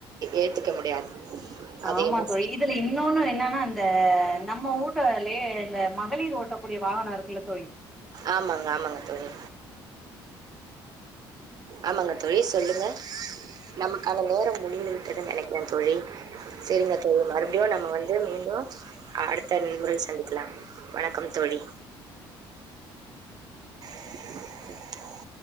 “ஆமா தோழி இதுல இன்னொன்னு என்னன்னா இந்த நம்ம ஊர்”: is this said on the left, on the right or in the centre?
Centre